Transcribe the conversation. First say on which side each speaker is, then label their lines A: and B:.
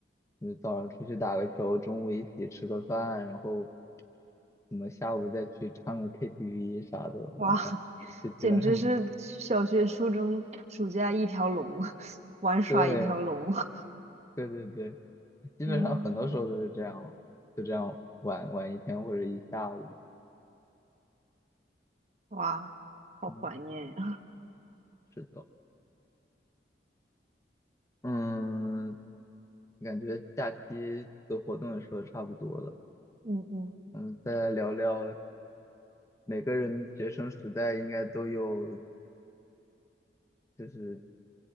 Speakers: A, on the left (about 15°); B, on the right (about 40°).
A: 你早上出去打个球，中午一起吃个饭，然后什么下午再去唱个 KTV 啥的，
B: 哇，
A: 晚上就基本上就
B: <laughs> 简直是小学、
A: <laughs>
B: 初中暑假一条龙，<laughs> 玩耍一条龙。
A: 对
B: <laughs>
A: 对对对，基本上很多时候都是这样，
B: 嗯，
A: 就这样玩玩一天或者一下午。
B: 哇，好怀念呀。
A: 嗯，
B: <laughs>
A: 是的，嗯，感觉假期的活动也说的差不多了，
B: 嗯嗯，
A: 嗯，再来聊聊每个人学生时代应该都有就是